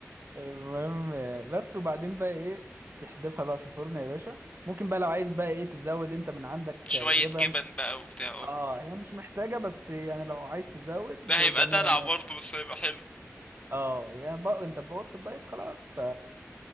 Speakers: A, on the right; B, on the left.
A: المهم آه، بس وبعدين بقى ايه تحدفها بقى في الفرن يا باشا ممكن بقى لو عايز بقى ايه تزود انت من عندك
B: شوية
A: آه، جبن
B: جبن بقى وبتاع اه.
A: اه هي مش محتاجة بس يعني لو عايز تزود
B: ده
A: يبقى
B: هيبقى دلع
A: 100 100
B: برضه بس هيبقى حلو
A: اه يعني بقى انت بوظت الدايت خلاص ف